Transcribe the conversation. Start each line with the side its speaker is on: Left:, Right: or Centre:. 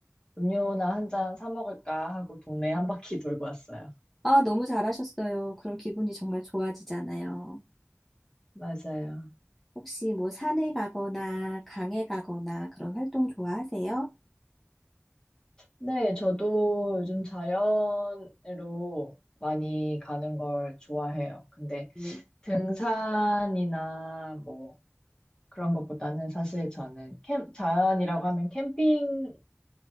Left: 음료나 한 잔 사 먹을까 하고 동네 한 바퀴 <laughs> 돌고 왔어요.
Centre: 아, 너무 잘하셨어요. 그럼 기분이 정말 좋아지잖아요.
Left: 맞아요.
Centre: 혹시 뭐 산에 가거나 강에 가거나 그런 활동 좋아하세요?
Left: 네, 저도 요즘 자연으로 많이 가는 걸 좋아해요. 근데
Centre: 네.
Left: 등산이나 뭐 그런 것보다는 사실 저는 캠, 자연이라고 하면 캠핑을